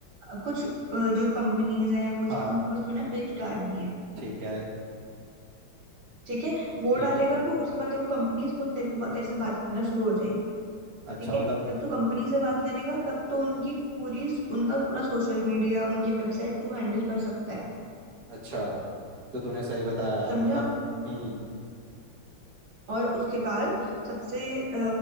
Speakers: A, on the right; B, on the right.
A: अ, कुछ अ, जो कंपनीज हैं कुछ
B: हाँ
A: है उनको बस तूने पिच डालनी है
B: ठीक है
A: ठीक है वो
B: ठीक
A: डालेगा
B: है
A: तो उसके बाद देखो कंपनीज खुद तेरे को बा- तेरे से बात करना शुरू हो जाएंगी
B: अच्छा
A: ठीक है
B: मतलब
A: तब तू कंपनी से बात करेगा तब तो उनकी पूरी उनका पूरा सोशल मीडिया उनकी वेबसाइट तू हैंडल कर सकता है
B: अच्छा तो तूने सही बताया यार
A: समझा
B: मतलब हम्म
A: और उसके बाद सबसे अ,